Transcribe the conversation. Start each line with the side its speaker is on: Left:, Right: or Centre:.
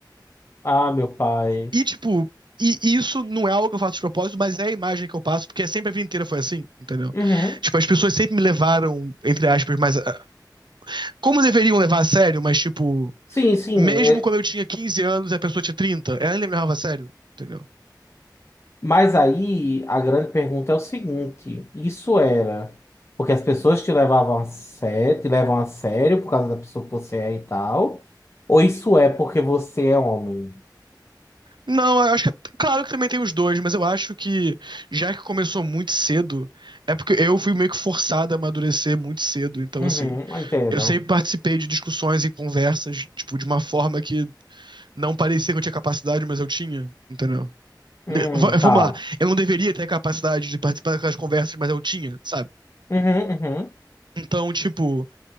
Left: Ah, meu pai.
Right: E, tipo, e e isso não é algo que eu faço de propósito, mas é a imagem que eu passo, porque sempre a vida inteira foi assim, entendeu?
Left: Uhum.
Right: Tipo, as pessoas sempre me levaram, entre aspas, mas. ah, Como deveriam levar a sério, mas, tipo,
Left: Sim, sim.
Right: mesmo
Left: É,
Right: quando eu tinha 15 anos e a pessoa tinha 30 ela ainda me levava a sério, entendeu?
Left: Mas aí a grande pergunta é o seguinte: isso era porque as pessoas te levavam a sério, te levam a sério por causa da pessoa que você é e tal? Ou isso é porque você é homem?
Right: Não, eu acho que. Claro que também tem os dois, mas eu acho que, já que começou muito cedo, é porque eu fui meio que forçado a amadurecer muito cedo, então,
Left: Uhum,
Right: assim.
Left: entendo.
Right: Eu sempre participei de discussões e conversas, tipo, de uma forma que Não parecia que eu tinha capacidade, mas eu tinha, entendeu?
Left: Hum,
Right: V- Vamos
Left: tá.
Right: lá, eu não deveria ter a capacidade de participar daquelas conversas, mas eu tinha, sabe?
Left: Uhum, uhum.
Right: Então, tipo,